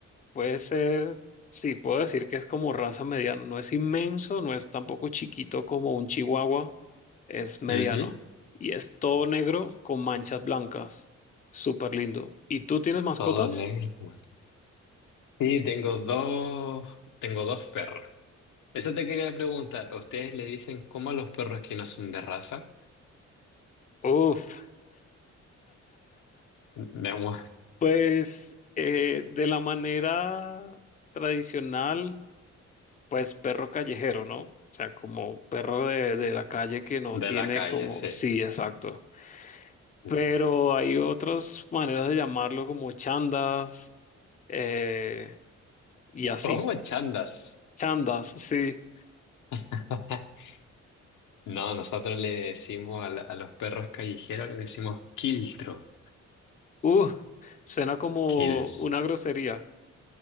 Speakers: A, on the left; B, on the left.
A: Puede ser, sí, puedo decir que es como raza mediana. No es inmenso, no es tampoco chiquito como un chihuahua, es mediano.
B: Ujú,
A: Y es todo negro con manchas blancas. Súper lindo. ¿Y tú tienes mascotas?
B: Todo negro. bueno. Sí, tengo dos, tengo dos perros. Eso te quería preguntar. ¿A ustedes le dicen cómo a los perros que no son de raza?
A: Uf,
B: De, mu-
A: pues eh, de la manera tradicional, pues perro callejero, ¿no? O sea, como perro de, de la calle que no tiene
B: de la calle,
A: como...
B: sí.
A: Sí, exacto. pero
B: Mm.
A: hay otras maneras de llamarlo como chandas eh, y así.
B: ¿Cómo chandas?
A: Chandas, sí.
B: <laughs> No, nosotros le decimos a, la- a los perros callejeros, le decimos quiltro.
A: Uh, suena como
B: Kills.
A: una grosería.